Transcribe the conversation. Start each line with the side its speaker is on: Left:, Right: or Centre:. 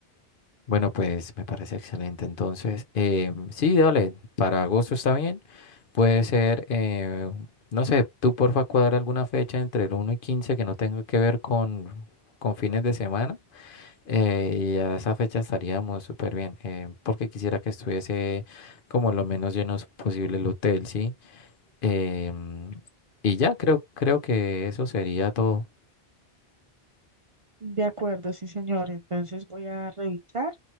Left: Bueno, pues me parece excelente. Entonces, eh, sí, dale, para agosto está bien. Puede ser, eh, no sé, tú porfa cuadra alguna fecha entre el uno y 15 que no tenga que ver con, con fines de semana. eh, y a esa fecha estaríamos súper bien, eh, porque quisiera que estuviese como lo menos llenos posible el hotel, ¿sí? Em, y ya, creo, creo que eso sería todo.
Right: De acuerdo, sí, señor, entonces voy a revisar